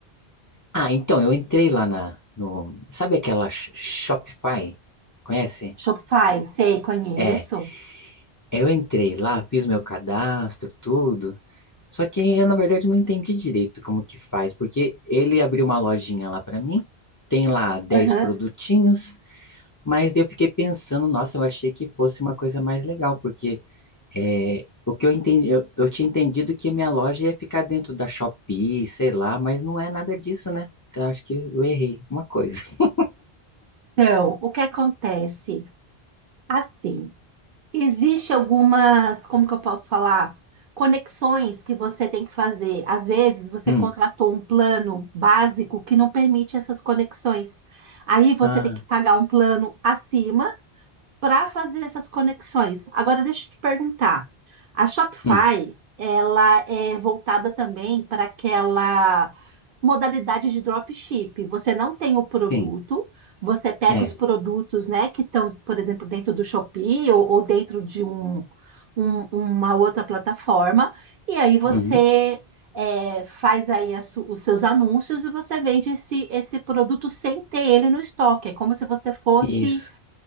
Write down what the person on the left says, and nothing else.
ah, então eu entrei lá na no, sabe aquela Sh- Shopify? Conhece?
É, eu entrei lá, fiz meu cadastro, tudo. Só que eu, na verdade, não entendi direito como que faz, porque ele abriu uma lojinha lá pra mim, tem lá dez
produtinhos, mas daí eu fiquei pensando, nossa, eu achei que fosse uma coisa mais legal, porque é, o que eu entendi, eu, eu tinha entendido que minha loja ia ficar dentro da Shopee, sei lá, mas não é nada disso, né? Então acho que eu errei alguma coisa. <laughs>
Hum,
ah,
hum,
sim,
é,
uhum,
isso,